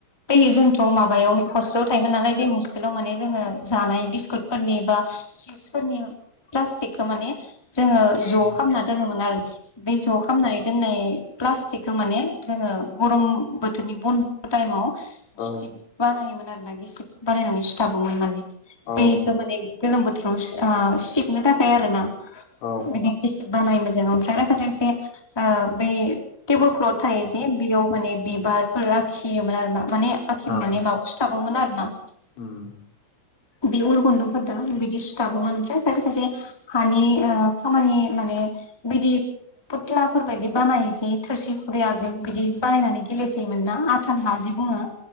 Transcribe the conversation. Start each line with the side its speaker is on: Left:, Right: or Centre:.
Centre: फैयो जोंथ' माबायाव हस लाव थायोमोन नालाय बे हस्टेलाव माने जोङो जानाय बिस्कुटफोरनि बा चिपसफोरनि प्लास्टिकखो माने जोङो
Left: औ
Centre: ज' खामना दोनोमोन आरो बे ज' खामनानै दोननाय प्लास्टिकखो माने जोङो गरम बोथोरनि बन्द' टाइमाव गिसिब
Left: औ
Centre: बानायोमोन आरो ना गिसिब बानायनानै सुथाबोमोन माने
Left: औ
Centre: बेखौ माने गोलोम बोथोराव सि आ सिबनो थाखाय आरो ना
Left: औ
Centre: बिदि गिसिब बानायोमोन जों ओमफ्राय माखासे इसे ओ बै टेबोल क्लथ थायो जे बेयाव माने बिबारफोर आखियोमोन आरो ना माने आखि
Left: औ
Centre: माने माबा सुथाबोमोन आरो ना।
Left: उम
Centre: बे उल गुन्दुंफोर दों बिदि सुथाबोमोन ओमफ्राय खायसे खायसे हानि ओ खामानि माने बिदि फुथ्लाफोर बायदि बानायसै थोरसि खुरि आगोल बिदि बानायनानै गेलेसोयोमोन ना आथाल हाजि बुङो।